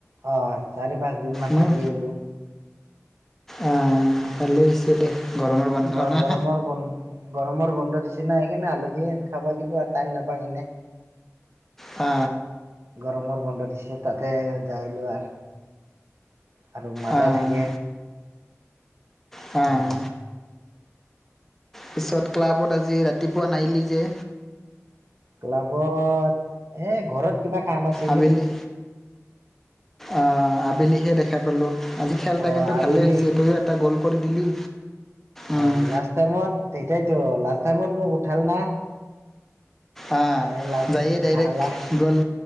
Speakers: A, on the right; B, in the centre.
A: অ চাৰি পাঁচ দিন মান
B: মই
A: থাকি আহিলো
B: আহ ভাল হৈছে দে, গৰমৰ
A: বৰ
B: বন্ধ ন
A: গৰমৰ বন গৰমৰ বন্ধ দিছে না, সেইকাৰণে আলহীয়েন খাবা গিলো আৰ টান নাপাওঁ এনে।
B: আ
A: গৰমৰ গন্ধ দিছে তাতে যাই লোঁ আৰ আৰু মাতাই
B: আহ
A: থাকে।
B: অ
A: উম
B: পিছত ক্লাবত আজি ৰাতিপুৱা নাইলি যে।
A: ক্লাবত এ ঘৰত, কিবা কাম আছ।
B: আবেলি, আ আবেলিহে দেখা পালোঁ। আজি খেল এটা
A: অ
B: কিন্তু
A: আবেলি
B: ভালেই হৈছে তইও এটা গ'ল কৰি দিলি। উম
A: অ লাষ্ট টাইমত তেটাইতো লাষ্ট টাইমত মোক উঠাল না।
B: আ
A: এ লাষ্ট
B: যায়ে ডাইৰেক্ট
A: ভালা
B: গ'ল